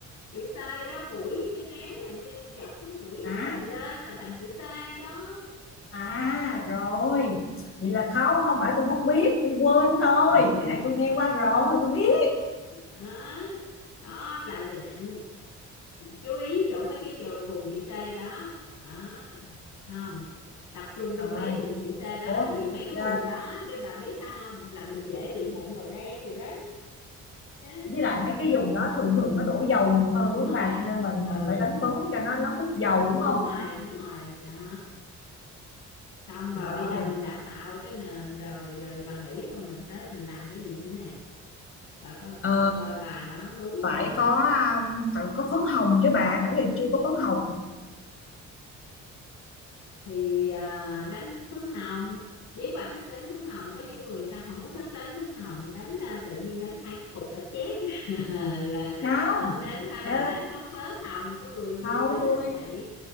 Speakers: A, on the left; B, on the left.
A: chữ T đó mũi với cái trán là dọc sống mũi
B: à
A: chạy lên là thành chữ T đó
B: à rồi vậy là không không phải tôi không biết tôi quên thôi
A: <laughs>
B: cái này tôi nghe qua rồi tôi biết
A: đó đó là là dặm chú ý chỗ mấy cái chữ vùng chữ T đó đó không tập trung
B: rồi
A: vô mấy vùng chữ T đó
B: ủa
A: tại vì mấy cái
B: à,
A: vùng đó bé bà biết sao không là mình dễ bị mụn đầu đen rồi đó Thế,
B: với lại mấy cái vùng đó thường thường nó đổ dầu nhiều hơn
A: đúng
B: đúng không
A: rồi
B: bà cho nên mình
A: ừ
B: mình phải đánh phấn cho nó nó hút dầu đúng
A: đúng
B: không
A: rồi đúng rồi đó xong rồi
B: rồi
A: bây giờ mình đã tạo cái nền rồi rồi bà nghĩ coi mình tới mình làm cái gì nữa nè bà coi
B: Ờ,
A: coi coi bà nó đúng
B: phải
A: không nè
B: có à, phải có phấn hồng chứ bà nãy giờ chưa có phấn hồng
A: thì à, đánh phấn hồng nếu bà thích đánh phấn hồng có những người người ta không có thích đánh phấn hồng đánh à, tự nhiên đánh hai cục đã chét <laughs> là
B: không
A: ở đó là là
B: Ờ,
A: đánh phớt phớt hồng có người nhiều
B: không,
A: người thích
B: tôi
A: vậy